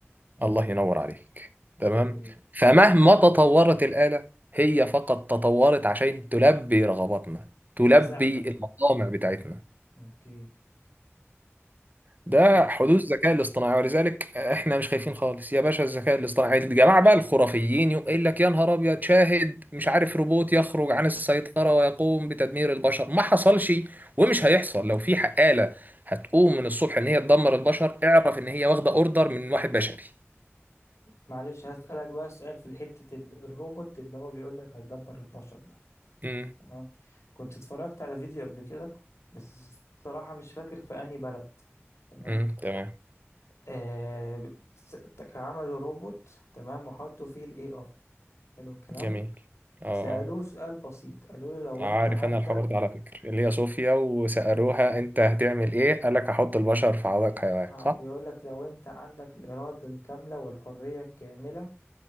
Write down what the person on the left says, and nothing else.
أوكي
تساعدك
أوكي
لا
معلش هسألك بقى سؤال في حتة ال- الروبوت اللي هو بيقولك هيدبر البشر
تمام كنت اتفرجت على فيديو قبل كده بس الصراحة مش فاكر في أنهي بلد تمام
آه س- ت- عملوا روبوت تمام وحطوا فيه الاي اي حلو الكلام
سألوه
سؤال بسيط قالوا له لو
انت عندك
ها، بيقول لك لو انت عندك الإرادة الكاملة والحرية الكاملة